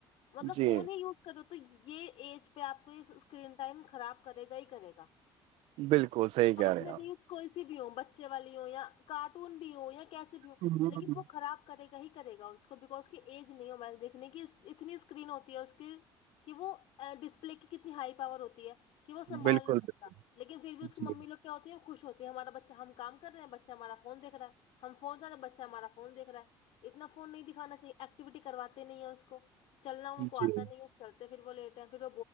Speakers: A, on the left; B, on the right.
A: مطلب
B: جی
A: فون ہی یوز کر تو یہ ایج پہ آپ کو اسکرین ٹائم خراب کرے گا ہی کرے گا
B: بالکل صحی کہہ
A: اب اس
B: رہے ہیں
A: میں
B: آپ
A: ریلس کوئی بھی ہو بچے والی ہو یا کارٹون بھی ہو یا کیسے بھی ہوں
B: ہ ہ
A: لیکن وہ خراب کرے گی یہی کرے گا اس کو بکیکز کی ایج نہیں ہو میں نےیکھھی نہیں کہ اتنی اسکرین ہوتی ہے اس کی کہ وہ ڈسپلے کی کتنی ہائی پاور ہوتی ہے کہ وہ سنبھال
B: بالکل
A: نہیں سکتا لیکن پھر
B: بالکل
A: بھی اس کی ممی لوگ کیا ہوتی ہیں خوش ہوتی ہمارا بچہ ہم کام کرے ہیں بچہ ہمارا فون دیک رہا ہے ہم فون سےارے بچہ ہمارا فون دھ رہا ہے اتنا فون نہیں دکھانا چاہیے وٹی کرواتے نہیں ہیں اس کو چلنا ان کو
B: جی
A: آتا
B: جی
A: نہیں ہے چلتا پھر وہ لیٹ ہے پھر